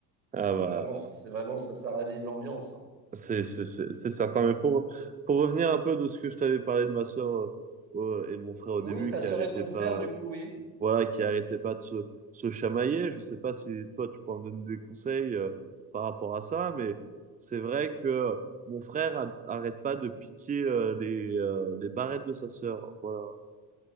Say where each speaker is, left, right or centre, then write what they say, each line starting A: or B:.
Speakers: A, on the right (about 15°); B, on the right (about 85°).
A: Ah
B: C'est c'est
A: bah.
B: vraiment, c'est vraiment, ça, ça ravive l'ambiance. hein.
A: C'est c'est- c'est- c'est certain, mais pour, pour revenir un peu de ce que je t'avais parlé de ma sœur euh, euh, et de mon frère au
B: Oui,
A: début,
B: ta
A: qui
B: sœur
A: arrêtait
B: et ton
A: pas,
B: frère, du coup, oui.
A: voilà, qui arrêtait pas de se, se chamailler, je sais pas si toi tu pourras me donner des conseils euh, par rapport à ça, mais c'est vrai que mon frère a- arrête pas de piquer euh, les, euh, les barrettes de sa sœur, voilà.